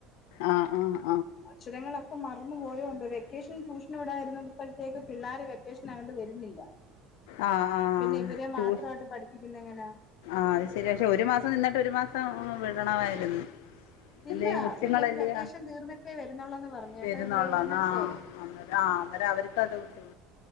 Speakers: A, on the left (about 85°); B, on the left (about 40°).
A: ആഹ് ആഹ്
B: അക്ഷരങ്ങളൊക്കെ മ റന്ന് പോയോ എന്തോ വെക്കേഷൻ ട്യൂഷൻ വിടായിരുന്നപ്പഴ്ത്തേക്ക് പിള്ളോര് വെക്കേഷൻ ആയോണ്ട് വരുന്നില്ല
A: ആഹ് ആഹ്
B: പിന്നെ
A: ഹാ
B: ഇവരെ
A: ട്യൂഷ്
B: മാത്രമായിട്ട് പഠിപ്പിക്കുന്ന എങ്ങനാ
A: അഹ്ശരി പക്ഷെ ഒരു മാസം നിന്നിട്ട് ഒരു മാസം സം വിടണമായിരുന്നു
B: ഇല്ല
A: അല്ലേ കൊച്ചുങ്ങളല്ലേ
B: എല്ലാവരും വെക്കേഷൻ തീർന്നിട്ടെ വരുന്നുള്ളൊന്ന് പറഞ്ഞു കേട്ടാ
A: വരുന്നുള്ളൂ
B: ഇവരെ വിടുന്നിടത്തെ
A: ആ അന്നേരം ആ അന്നേരം അവർക്കത് ബുദ്ധിമുട്ട്